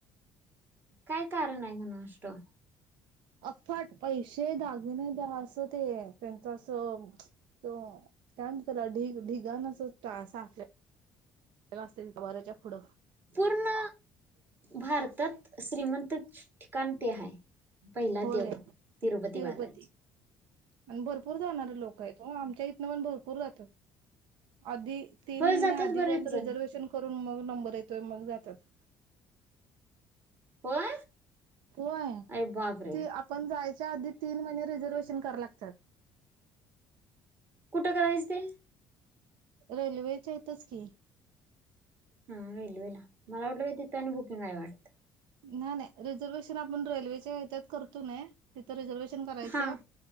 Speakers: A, on the right; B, on the right.
A: काय कारण हाय कुणाष्टो.
B: अफाट पैसे दागिने द्या. असं ते त्यांचं असं त कायम त्याला ढिग ढिगाणच साठलयं. <unintelligible> अस वऱ्याच्या पुढं
A: पूर्ण भारतात श्रीमंत ठिकाण ते हाय. पहिला
B: होय
A: देव तिरुपतीबालांजी.
B: तिरुपती आणि भरपूर जाणारे लोक हाईत ओ आमच्या इथन पण भरपूर जात्यात. आधी तीन
A: होय
B: महिने
A: जातात
B: आधी
A: बरेच
B: काय तर
A: जण.
B: रिझर्वेशन करू- - न मग नंबर येतोय. मग जात्यात.
A: होय.
B: होय.
A: अरे बापरे
B: ते आपण जायच्या आधी तीन महिने रिझर्वेशन कराय लागत्यात.
A: कुठं करायचं ते?
B: रेल्वेच्या हितच की.
A: हा रेल्वेला मला वाटलं तिथं आणि बुकिंग काय वाटतं.
B: नाही नाही. रिझर्वेशन आपण रेल्वेच्या हेच्यात करतो कनी तिथं. रिझर्वेशन करायचं
A: हा